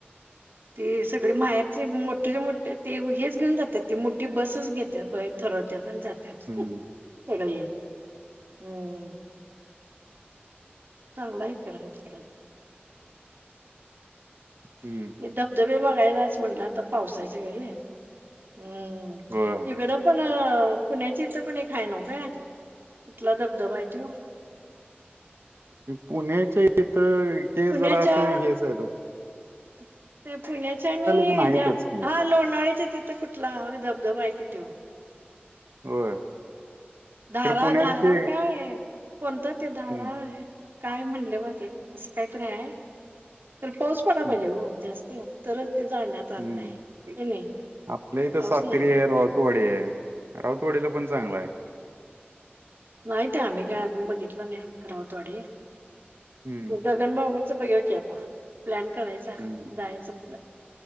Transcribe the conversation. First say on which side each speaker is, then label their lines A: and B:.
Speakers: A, on the right; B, on the right.
A: <inaudible>
B: ते सगळे माहेरचे मोठेच्या मोठे ते हेच घेऊन जातात ती, मोठी बसच घेतात बाई ठरवतात आणि जात त्यात सगळी
A: हम्म
B: हम्म चांगलाय निसर्ग तिकडं.
A: हम्म
B: धबधबे बघायलाच म्हटलं आता पावसाच्यावेळी, हम्म,
A: होय
B: इकडं पण अ पुण्याची इथं पण एक हाय नव्ह का? कुठला धबधबा आहे तो?
A: पुण्याच्या इथं ते
B: पुण्याच्या
A: जरा असं हेच आहेत ओ
B: ते पुण्याच्या आणि
A: ते
B: हेज्या
A: नाहीतच की
B: हा लोणावळ्याच्या तिथं कुठ ला ह धबधबा आहे कि तो?
A: होय?
B: धारा
A: खरं पुण्यात
B: धारा
A: ते
B: काय, कोणतं ते धारा
A: हम्म
B: काय म्हणले बा ते, असं काहीतरी आहे, तर पाऊस पडाय
A: हम्म
B: पाहिजे हो जास्त. तरच ते जाण्यात अर्थ
A: हम्म,
B: आहे की नाही
A: आपल्य हिथं
B: पाऊस
A: सातेरी
B: नाही
A: एअर राऊतवाडी आहे राऊतवाडीला पण चांगला आहे
B: नाहीित आम्ही काय
A: आत-
B: अजून बघितलं नाही कराव थोडी
A: हम्म
B: गगणबावण्याचं बघलं की आता प्लॅन करायचा
A: हम्म
B: जायच <inaudible>